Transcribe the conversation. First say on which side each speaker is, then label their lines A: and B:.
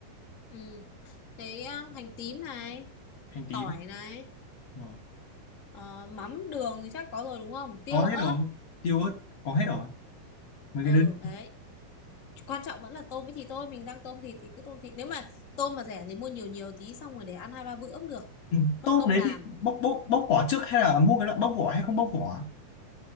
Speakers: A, on the left; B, on the left.
A: Ừ, thế ờ, hành tím này,
B: hành tím
A: tỏi này,
B: Ờ,
A: ờ, mắm đường thì chắc có rồi đúng không? Tiêu
B: có hết
A: ớt.
B: rồi tiêu ớt có hết rồi mấy
A: Ừ
B: cái đơn
A: đấy. Quan trọng vẫn là tôm với thịt thôi, mình đang tôm thịt thì cứ tôm thịt. Nếu mà tôm mà rẻ thì mua nhiều nhiều tí xong rồi để ăn hai ba bữa cũng được,
B: Ừ,
A: mất
B: tôm
A: công
B: đấy
A: làm.
B: thì bóc bóc bóc vỏ trước hay là mua cái loại bóc vỏ hay không bóc vỏ